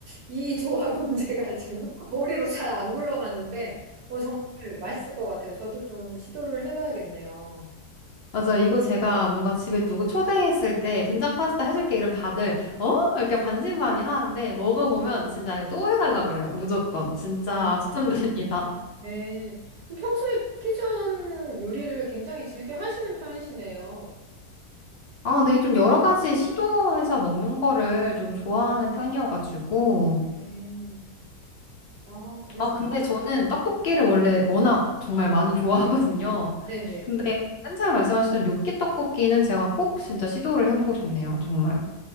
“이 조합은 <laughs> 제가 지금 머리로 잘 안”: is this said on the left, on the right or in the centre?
Right